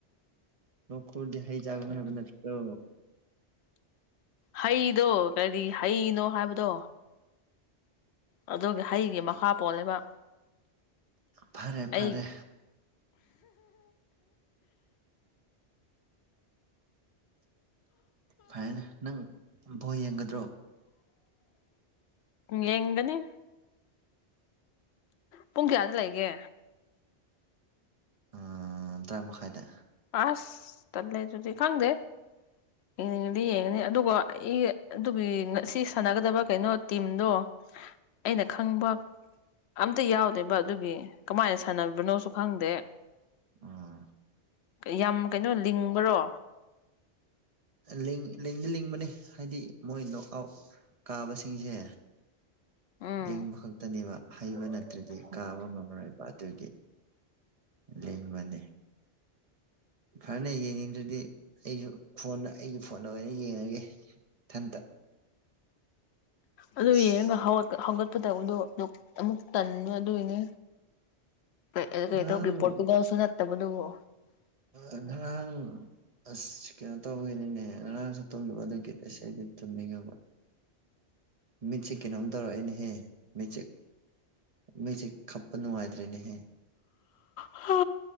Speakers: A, on the right; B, on the left.
A: ꯂꯣꯛ ꯈꯨꯔꯗꯤ ꯍꯩ ꯆꯒꯅꯣ ꯍꯥꯏꯕ ꯅꯠꯇ꯭ꯔꯣ꯫
B: ꯍꯩꯗꯣ ꯀꯔꯤ ꯍꯩꯅꯣ ꯍꯥꯏꯕꯗꯣ꯫ ꯑꯗꯨꯒꯤ ꯍꯩꯒꯤ ꯃꯈꯥ ꯄꯣꯜꯂꯦꯕ꯫
A: ꯐꯔꯦ
B: ꯑꯩ
A: ꯐꯔꯦ ꯐꯥꯏꯅ‌ꯦ ꯅꯪ ꯕꫭꯜ ꯌꯦꯡꯒꯗ꯭ꯔꯣ꯫
B: ꯌꯦꯡꯒꯅꯤ꯫ ꯄꯨꯡ ꯀꯌꯥꯗ ꯂꯩꯒꯦ꯫
A: ꯎꯝ ꯇꯔꯥ ꯃꯈꯥꯏꯗ꯫
B: ꯑꯁ ꯇꯜꯂꯦ ꯑꯗꯨꯗꯤ ꯈꯪꯗꯦ ꯌꯦꯡꯅꯤꯡꯉꯗꯤ ꯌꯦꯡꯉꯅꯤ ꯑꯗꯨꯒ ꯑꯩ ꯑꯗꯨꯒꯤ ꯉꯁꯤ ꯁꯥꯟꯅꯒꯗꯕ ꯀꯩꯅꯣ ꯇꯤꯝꯗꯣ ꯑꯩꯅ ꯈꯪꯕ ꯑꯝꯇ ꯌꯥꯎꯗꯦꯕ ꯑꯗꯨꯒꯤ ꯀꯃꯥꯏꯅ ꯁꯥꯟꯅꯕꯅꯣꯁꯨ ꯈꯪꯗꯦ꯫
A: ꯎꯝ꯫
B: ꯌꯥꯝ ꯀꯩꯅꯣ ꯂꯤꯡꯕꯔꯣ꯫
A: ꯂꯤꯡ ꯂꯤꯡꯗꯤ ꯂꯤꯡꯕꯅꯤ ꯍꯥꯏꯗꯤ ꯃꯣꯏ ꯅꯣꯠ ꯑꯥꯎꯠ ꯀꯥꯕꯁꯤꯡꯖꯦ꯫
B: ꯎꯝ
A: ꯂꯤꯡꯕ ꯈꯛꯇꯅꯦꯕ ꯍꯩꯕ ꯅꯠꯇ꯭ꯔꯗꯤ ꯀꯥꯕ ꯉꯝꯔꯣꯏꯕ ꯑꯗꯨꯒꯤ꯫ ꯂꯤꯡꯕꯅꯦ꯫ ꯐꯔ‌ꯦ ꯌꯦꯡꯅꯤꯡꯗ꯭ꯔꯗꯤ ꯑꯩꯖꯨ ꯐꯣꯟꯗ ꯑꯩꯒꯤ ꯐꯣꯟꯗ ꯑꯣꯏꯅ ꯌꯦꯡꯉꯒꯦ ꯏꯊꯟꯇ꯫
B: ꯑꯗꯨ
A: ꯑꯁ
B: ꯌꯦꯡꯉꯒ ꯍꯧꯒꯠꯀ ꯍꯧꯒꯠꯄꯗꯧꯕꯗꯣ ꯑꯗꯨ ꯑꯃꯨꯛ ꯇꯟꯕ ꯑꯗꯨꯒꯤꯅꯦ꯫ <unintelligible>
A: ꯉꯔꯥꯡ
B: ꯄꯣꯔꯇꯨꯒꯜ ꯁꯨ ꯅꯠꯇꯕꯗꯨꯕꯨ꯫
A: ꯑ ꯉꯔꯥꯡ꯫ <unintelligible> ꯑꯁ ꯀꯩꯅꯣ ꯇꯧꯕꯒꯤꯅꯤꯅꯦ ꯉꯔꯥꯡꯁꯨ ꯇꯨꯝꯗꯕ ꯑꯗꯨꯒꯤ ꯉꯁꯤꯗꯤ ꯇꯨꯝꯅꯤꯡꯉꯕ꯫ ꯃꯤꯠꯁꯦ ꯀꯩꯅꯣꯝ ꯇꯧꯔꯛꯑꯦꯅꯦꯍꯦ ꯃꯤꯠꯁꯦ ꯃꯤꯠꯁꯦ ꯈꯞꯄ ꯅꯨꯡꯉꯥꯏꯇ꯭ꯔꯦꯅꯦꯍꯦ꯫
B: ꯍꯥ꯫